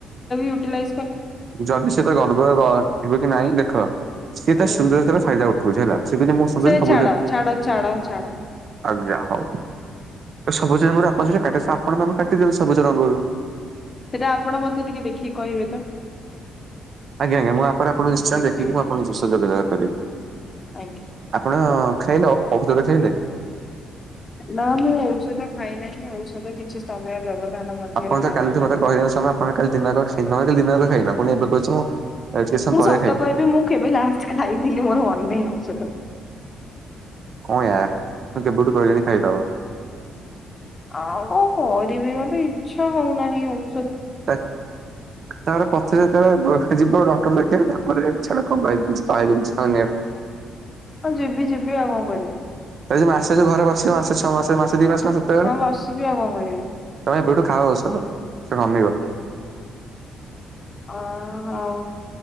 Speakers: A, on the left; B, on the right.
A: ୟୁଟିଲାଇଯ
B: ଯଦି ସେ ତା ଗାଡର ରହିବ କି ନାହିଁ ଦେଖ ସିଏ ତା
A: ହୁଁ
B: ସୁନ୍ଦରତାର
A: ହୁଁ
B: ଫାଇଦା ଉଠଉଛି ହେଲା। ସେମିତି ମୋ ସାଙ୍ଗରେ
A: ସେ
B: ଯିବୁ
A: ଛାଡ
B: ଯେ
A: ଛାଡ ଛାଡ ଛାଡ
B: ଆଜ୍ଞା ହଉ। ସବୁଜ ରଙ୍ଗରେ ଆପଣ ସେଟା କୁ ଆପଣ ଆମେ କାଟିଦେବେ ସବୁଜ ରଙ୍ଗରୁ।
A: ସେଟା ଆପଣ ମତେ ଟିକେ ଦେଖିକି କହିବେ ତ?
B: ଆଜ୍ଞା ଆଜ୍ଞା ମୁଁ ଆପଣଙ୍କ ଆପଣଙ୍କୁ ନିଶ୍ଚୟ
A: ଦେଖେଇଉଛି
B: ଦେଖିକି ମୁଁ ଆପଣଙ୍କୁ
A: ନା ନାଇଁ।
B: ଯୋଗାଯୋଗ କରିବି।
A: ଆଜ୍ଞା।
B: ଆପଣ ଖାଇଲ ଔଷଧ ଖାଇଲେ?
A: ନା ମୁଁ ଔଷଧ ଖାଇନାହିଁ ଔଷଧ କିଛି ସମୟ ବ୍ୟବଧାନ ମଧ୍ୟରେ
B: ଆପଣ
A: ଗ୍ରହଣ
B: ତ କାଲିଠୁ
A: କରିବି।
B: ମତେ କହିିଲେନି ସମୟ ଆପଣ କାଲି ଦିନକ ଆଙ୍କ କାଲି ଦିନଆଙ୍କ ଖାଇନ ପୁଣି ଏବେ କହୁଛ ମୁଁ ଆଉ ଟିକେ ସମୟ
A: ମୁଁ
B: ପରେ
A: ସତ
B: ଖାଇବି
A: କହିବି ମୁଁ କେବେ ଲାଷ୍ଟ୍ ଖାଇଥିଲି ମୋର ମନ ନାହିଁ ହଉ ସେ
B: କଣ ୟାର ତୁମକୁ କେବେଠୁ କହିଲିଣିି ଖାଇଦବ?
A: ଆଉ କରିବି ବୋଲି ଇଚ୍ଛା ହଉନାହିଁ ଆଉ।
B: ହେ ତାର ପଛରେ ଯେତେବେଳେ ଯିବ ଡକ୍ଟର ଲେଖାଇବ ତାପରେ ଛଡା କଣ କ କହୁ <unintelligible>
A: ହଁ ଯିବି ଯିବି ଆଉ କଣ କରିବି?
B: ତା ଯ ମାସେ ଯୋଉ ଘରେ ବସିବ ମାସେ ଛଅ ମାସ ମାସେ ଦି ମାସ କଣ ସେତେବେଳେ
A: ଆଉ ବସିବି ଆଉ କଣ କରିବି।
B: ତମେ ଏବେଠୁ ଖାଓ ଔଷଧ ସେ କମିବ।
A: ଅ ହଉ।